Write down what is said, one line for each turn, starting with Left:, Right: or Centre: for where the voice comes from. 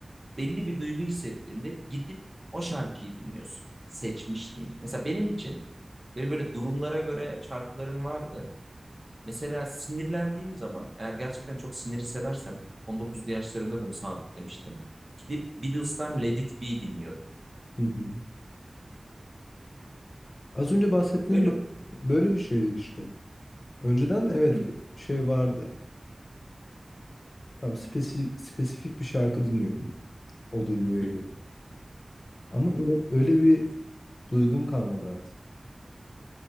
Right: belli bir duygu hissettiğinde gidip o şarkıyı dinliyorsun. Seçmişliğin. Mesela benim için benim böyle durumlara göre şarkılarım vardı. Mesela sinirlendiğim zaman eğer gerçekten çok sinir hissedersem 19'lu yaşlarımda bunu sabitlemiştim. Gidip Beatles'tan Let It Be dinliyordum.
Left: Hı hı. Az önce bahsettiğim
Right: Böyle
Left: bö- böyle bir şeydi işte. Önceden evet
Right: Hı,
Left: böyle bir şey vardı. Tam spesi spesifik bir şarkı dinliyordum o duyguya
Right: hı, hı.
Left: göre. Ama öyle öyle bir duygum kalmadı artık.